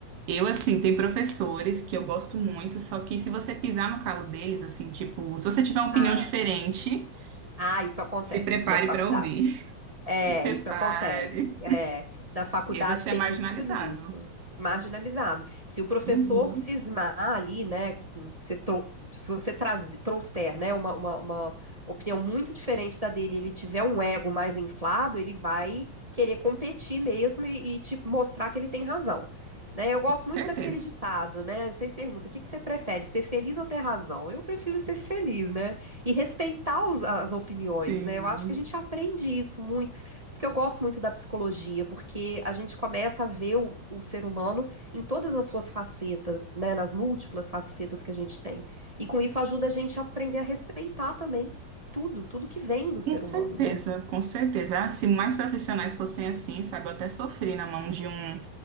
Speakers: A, on the right; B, on the right.
A: Eu, assim, tem professores que eu gosto muito, só que se você pisar no calo deles, assim, tipo, se você tiver uma opinião
B: Ah,
A: diferente,
B: ah, isso acontece
A: se prepare
B: nas faculdades.
A: para ouvir. <laughs>
B: É,
A: Se prepare.
B: isso acontece. É, na faculdade
A: E aí você
B: tem
A: é marginalizado.
B: muito disso, marginalizado. Se o professor
A: Uhum,
B: cismar ali, né, que você tro- se você traz- trouxer, né, uma, uma, uma opinião muito diferente da dele, ele tiver um ego mais inflado, ele vai querer competir mesmo e, e te mostrar que ele tem razão. Né, eu gosto
A: com certeza.
B: muito daquele ditado, né? Sempre pergunta, o que que você prefere, ser feliz ou ter razão? Eu prefiro ser feliz, né? E respeitar os- as opiniões,
A: Sim.
B: né? Eu acho que a gente aprende isso muito por isso que eu gosto muito da psicologia, porque a gente começa a ver o, o ser humano em todas as suas facetas, né? Nas múltiplas facetas que a gente tem. E com isso ajuda a gente a aprender a respeitar também tudo, tudo que vem do ser
A: Com certeza,
B: humano, né?
A: com certeza. Ah, se mais profissionais fossem assim, sabe, eu até sofri na mão de um.